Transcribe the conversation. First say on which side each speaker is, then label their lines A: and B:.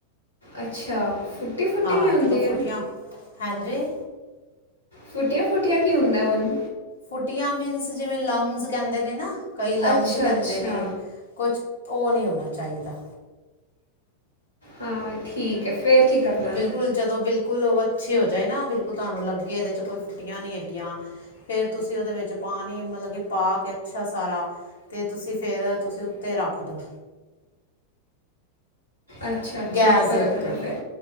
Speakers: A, on the left (about 80°); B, on the left (about 65°).
A: ਅੱਛਾ ਫੁੱਟੀ ਫੁੱਟੀ
B: ਹਾਂ
A: ਵੀ ਹੁੰਦੀ
B: ਜਦੋਂ ਫੁੱਟੀਆਂ
A: ਆ
B: ਹਾਂਜੀ
A: ਫੁੱਟੀਆਂ-ਫੁੱਟਿਆ ਕੀ ਹੁੰਦਾ ਹੁਣ
B: ਫੁਟੀਆਂ ਮੀਨਸ ਜਿਵੇਂ ਲਮਜ਼ ਕਹਿੰਦੇ ਨੇ ਨਾ ਕਈ ਲਮਸ
A: ਅੱਛਾ
B: ਕਹਿੰਦੇ
A: ਅੱਛਾ
B: ਨੇ ਕੁਛ ਉਹ ਨਹੀਂ ਹੋਣਾ ਚਾਹੀਦਾ
A: ਹਾਂ ਠੀਕ ਹੈ ਫੇਰ ਕੀ ਕਰਨਾ
B: ਬਿਲਕੁਲ ਜਦੋਂ ਬਿਲਕੁਲ ਬਿਲਕੁਲ ਉਹ ਅੱਛੇ ਹੋ ਜਾਏ ਨਾ ਬਿਲਕੁਲ ਤੁਹਾਨੂੰ ਲੱਗੇ ਇਹਦੇ ਚ ਕੋਈ ਫੁੱਟੀਆਂ ਨੀ ਹੈਗੀਆਂ ਫੇਰ ਤੁਸੀਂ ਉਹਦੇ ਵਿੱਚ ਪਾਣੀ ਮਤਲਬ ਕਿ ਪਾ ਕੇ ਅੱਛਾ ਸਾਰਾ ਤੇ ਤੁਸੀਂ ਫੇਰ ਤੁਸੀਂ ਉੱਤੇ ਰੱਖ ਦੋ
A: ਅੱਛਾ ਅੱਛਾ
B: ਗੈਸ
A: ਉੱਪਰ
B: ਦੇ
A: ਰੱਖਣਾ
B: ਉੱਤੇ
A: ਫਿਰ